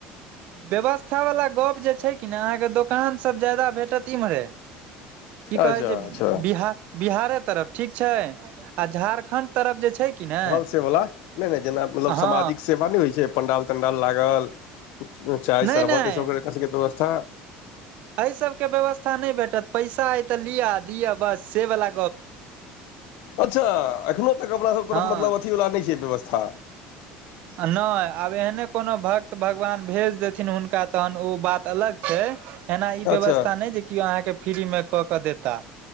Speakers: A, on the right; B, on the left.
A: व्यवस्था वालला गप जे छय कि ने अहाँके दोकान सब ज्यादा भेटत इम्हरे की कहै
B: अच्छा
A: छै
B: अच्छा
A: बि बिहारे तरफ ठीक छै आ झारखण्ड तरफ जे छय कि ने
B: व नहि नहि जेना मतलब साजिक
A: हँ
B: सेवा नहि होइ छय पण्डाल तण्डाल लागल चाय
A: नहि
B: शरबत
A: नहि
B: ई सब एकरा सबके व्यवस्था
A: एहि सब के व्यवस्था नय भेटत पैसा अ तऽ लिया दिया बस से वला
B: अच्छा एखनो तक अपना सब तरफ
A: हँ
B: मतलब अथीवला नहि छय व्यवस्था
A: नहि आब एहने कोनो भक्त भगवान भेज देथिन हुनका तहन ओ बात अलग छय एना ई व्यवस्था
B: अच्छा
A: नहि जे केओ अहाँके फ्री में कऽ के देता